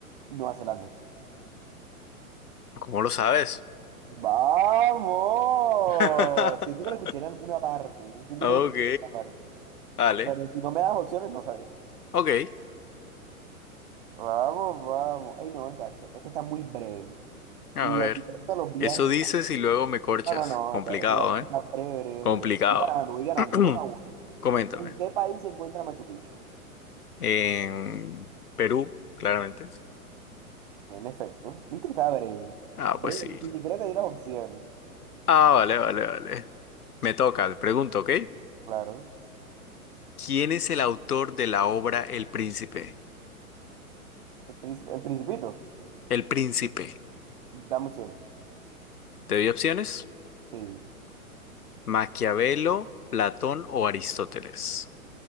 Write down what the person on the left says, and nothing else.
¿Cómo lo sabes?
<laughs>
Ok,
vale.
Ok,
a
ver.
Eso dices
y luego me corchas.
Complicado,
¿eh?
Complicado.
<clears throat>
Coméntame.
En Perú, claramente.
Ah,
pues sí.
Ah,
vale, vale, vale. Me toca, te pregunto, ¿ok?
¿Quién es el autor de la obra El Príncipe?
El Príncipe.
¿Te doy opciones?
Maquiavelo, Platón o Aristóteles.